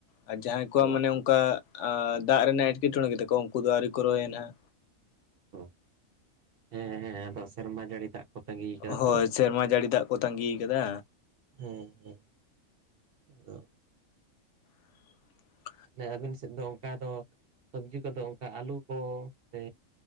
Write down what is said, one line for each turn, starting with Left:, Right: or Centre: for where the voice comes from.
Left: ᱟᱨ ᱡᱟᱦᱟᱸᱭ ᱠᱚᱣᱟᱜ
Right: ᱚ
Left: ᱢᱟᱱᱮ ᱚᱝᱠᱟ ᱟ ᱫᱟᱜ ᱨᱮᱱᱟᱜ ᱮᱸᱴᱠᱮᱴᱚᱬᱮ ᱜᱮᱛᱟᱠᱚᱣᱟ ᱩᱱᱠᱩ ᱫᱚ ᱟᱹᱣᱨᱤ ᱠᱚ ᱨᱚᱦᱚᱭ ᱱᱟᱜ᱾
Right: <unintelligible> ᱦᱮᱸ ᱦᱮᱸ ᱟᱫᱚ ᱥᱮᱨᱢᱟ ᱡᱟᱹᱲᱤ ᱫᱟᱜ ᱠᱚ ᱛᱟᱺᱜᱤ ᱠᱟᱫᱟ
Left: ᱦᱳᱭ
Right: ᱛᱚ
Left: ᱥᱮᱨᱢᱟ ᱡᱟᱹᱲᱤ ᱫᱟᱜ ᱠᱚ ᱛᱟᱸᱜᱤ ᱠᱟᱫᱟ᱾
Right: ᱦᱮᱸ ᱦᱮᱸ ᱟᱫᱚ
Left: <unintelligible>
Right: ᱡᱮ ᱟᱹᱵᱤᱱ ᱥᱮᱫ ᱫᱚ ᱚᱱᱠᱟ ᱫᱚ ᱥᱚᱵᱽᱡᱤ ᱠᱚᱫᱚ ᱚᱱᱠᱟ ᱟᱹᱞᱩ ᱠᱚ ᱥᱮ